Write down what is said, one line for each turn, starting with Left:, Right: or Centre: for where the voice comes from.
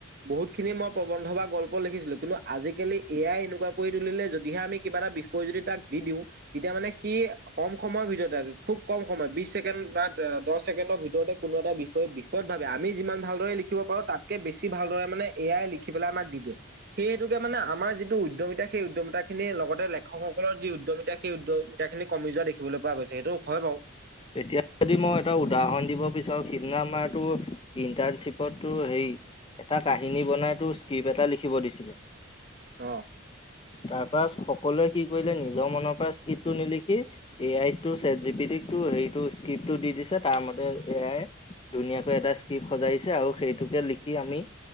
Right: বহুত খিনি মই প্ৰবন্ধ বা গল্প লিখিছিলো কিন্তু আজিকালি এই আই এনেকুৱা কৰি তুলিলে যদিহে আমি কিবা এটা বিষয় যদি তাক দি দিওঁ তেতিয়া মানে সি কম সময়ৰ ভিতৰতে খুব কম সময় বিশ ছেকেণ্ড বা দহ ছেকেণ্ডৰ ভিতৰতে কোনো এটা বিষয়ে বিষয়ত আমি যিমান ভালদৰে লিখিব পাৰো তাতকে বেছি ভালদৰে মানে এয়াই লিখি পেলাই আমাক দি দিয়ে সেই হেতুকে মানে না আমাৰ যিটো উদ্যমিতা সেই উদ্যমিতা খিনি লগতে লেখকসকলৰ যি উদ্যমিতা সেই উদ্যমিতা খিনি কমি যোৱা দেখিবলৈ পোৱা গৈছে সেইটো হয় বাও
Left: এতিয়া যদি মই এটা উদাহৰণ দিব বিচাৰো সিদিনা আমাৰতো ইণ্টাৰ্ণশ্বিপতো সেই এটা কাহিনী বনাই তোৰ স্ক্ৰিপ্ট এটা লিখিব দিছিলে
Right: অ
Left: তাৰপা সকলোৱে কি কৰিলে নিজৰ মনৰ পৰা স্কিটটো নিলিখি এ আই টো ছেট জি বি টি টো হেৰিতটো স্ক্ৰিপটো দি দিছে তাৰ মতে এয়াই ধুনাকৈ এটা স্কিপ্ট সজাইছে আৰু সেইটোকে লিখি সি আমি